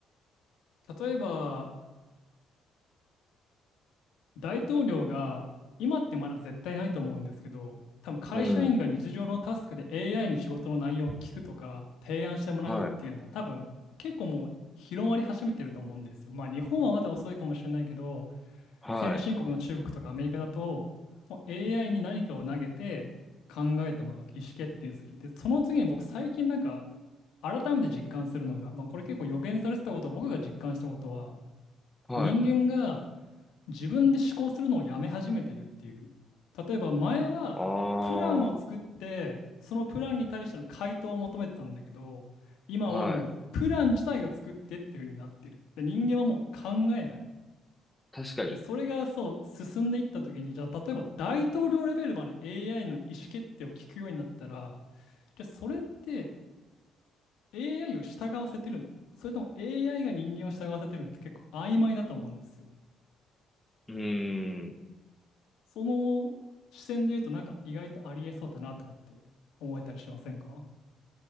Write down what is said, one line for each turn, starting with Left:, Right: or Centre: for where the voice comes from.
Left: 例えば、大統領が、今ってまだ絶対ないと思うんですけど、多分会社員が日常のタスクで
Centre: うん。
Left: AI に仕事の内容を聞くとか、提案してもらうっていうのも、
Centre: はい。
Left: 多分結構もう広まり始めてると思うんですよ。まあ、日本はまだ遅いかもしれないけど、
Centre: はい。
Left: 先進国の中国とかアメリカだと、もう AI に何かを投げて考えてもらう、意思決定する。で、その次に僕最近なんか改めて実感するのが、まあ、これ結構予言されてたこと、僕が実感したことは、
Centre: はい。
Left: 人間が自分で思考するのをやめ始めてるっていう。例えば前はプランを作って、
Centre: ああ。
Left: そのプランに対しての回答を求めてたんだけど、今はもうプラン自体を作ってっていう風になってる。
Centre: はい。
Left: で、人間はもう考えない。
Centre: 確かに。
Left: で、それがそう、進んでいった時に、じゃあ、例えば大統領レベルまで AI の意思決定を聞くようになったら、じゃあ、それって AI を従わせてるのそれとも AI が人間を従わせてるのって結構曖昧だと思うんですよ。
Centre: うーん。
Left: その視線で言うと、なんか意外とありえそうだなとかって思えたりしませんか